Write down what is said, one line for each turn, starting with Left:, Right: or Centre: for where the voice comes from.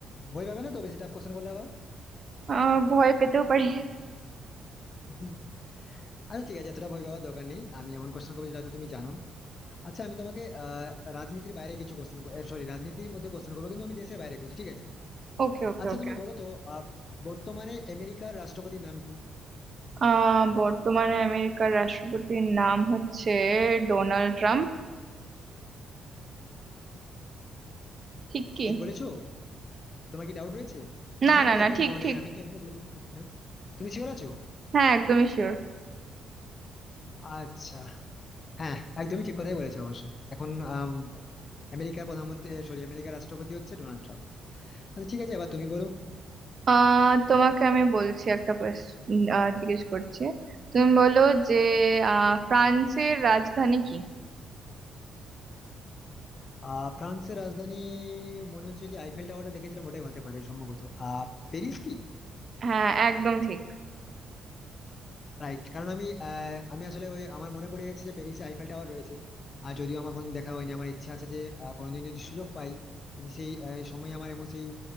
Left: ভয় পাবে না তো বেশি টাফ কোশ্চেন করলে আবার
Right: আহ ভয় পেতেও পারি
Left: <laughs> হুম। আচ্ছা ঠিক আছে এতটা ভয় পাওয়ার দরকার নেই আমি এমন কোশ্চেন করবো যেটা হয়তো তুমি জানো আচ্ছা আমি তোমাকে আহ রাজনীতির বাইরে কিছু কোশ্চেন সরি রাজনীতির মধ্যে কোশ্চেন করবো কিন্তু আমি দেশের বাইরে করছি ঠিক আছে
Right: ওকে ওকে
Left: আচ্ছা
Right: ওকে
Left: তুমি বলো তো আহ, বর্তমানে আমেরিকার রাষ্ট্রপতির নাম কি
Right: আহ বর্তমানে আমেরিকার রাষ্ট্রপতির নাম হচ্ছে ডোনাল্ড ট্রাম্প ঠিক কি
Left: ঠিক বলেছো তোমার কি ডাউট রয়েছে
Right: না
Left: আমার
Right: না
Left: তো
Right: না
Left: এখন
Right: ঠিক
Left: মানে
Right: ঠিক
Left: আমি তো এখনো বলিনি ঠিক না তুমি শিওর আছো
Right: হ্যাঁ একদমই শিওর
Left: আচ্ছা হ্যাঁ একদমই ঠিক কথাই বলেছো অবশ্য এখন আম, আমেরিকার প্রধানমন্ত্রী সরি আমেরিকার রাষ্ট্রপতি হচ্ছে ডোনাল্ড ট্রাম্প আচ্ছা ঠিক আছে এবার তুমি বলো
Right: আহ তোমাকে আমি বলছি একটা কোয়েশ্চেন জিজ্ঞেস করছি তুমি বলো যে আহ ফ্রান্সের রাজধানী কি
Left: আহ ফ্রান্সের রাজধানী মনে হচ্ছে যে আইফেল টাওয়ারটা দেখেছিলাম ওটাই হতে পারে সম্ভবত আহ প্যারিস কি
Right: হ্যাঁ একদম ঠিক
Left: রাইট কারণ আমি আহ, আমি আসলে ওই আমার মনে পড়ে গেছে যে প্যারিসে আইফেল টাওয়ার রয়েছে আর যদিও আমার কোনোদিন দেখা হয়নি আমার ইচ্ছা আছে যে আহ, কোনোদিন যদি সুযোগ পাই যদি সেই আহ, সময় আমার এমন সেই